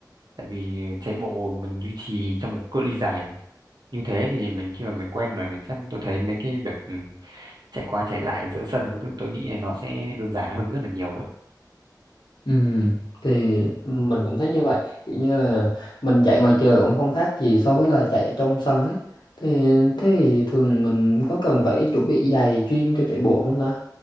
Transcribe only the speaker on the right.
tại vì chạy bộ mình duy trì trong một cự ly dài mà như thế thì mình khi mà mình quen rồi thì chắc tôi thấy mấy cái việc ừ, chạy qua chạy lại giữa sân có thứ tôi nghĩ là nó sẽ đơn giản hơn rất là nhiều ấy